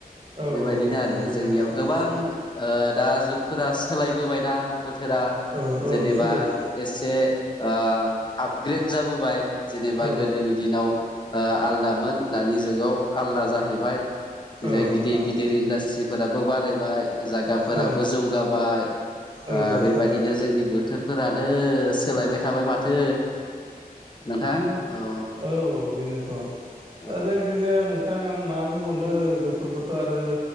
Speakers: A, on the right; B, on the left.
A: औ
B: बेबायदिनो
A: औ औ
B: आरो।
A: नंगौ
B: जोंनियाव
A: दे नोंथां
B: गोबां
A: औ
B: ओ दा जुगफोरा सोलायबोबायना बोथ थोरा
A: औ औ
B: जेनेबा
A: सोलायबाय
B: एसे ओ आपग्रेड जाबोबाय। जेनेबा
A: औ
B: गोदोनि दिनाव ओ आलदामोन दानि जुगाव आलदा जाहैबाय। बिजाय
A: औ
B: गिदिर
A: नोंथां
B: गिदिर इन्डास्ट्रिफोराबो बारायबाय। इ जागाफोराबो
A: औ
B: जौगाबाय
A: औ
B: ओ
A: औ
B: बेबायादिनो
A: थारैनो
B: जोंनि बोथोरफोरा नो सोलायबाय थाबाय माथो नोंथां। ओ
A: औ बेनोथ'
B: औ
A: दा जायखिजाया नोंथां आं म बुंबनो बेफोरखोथ' आरो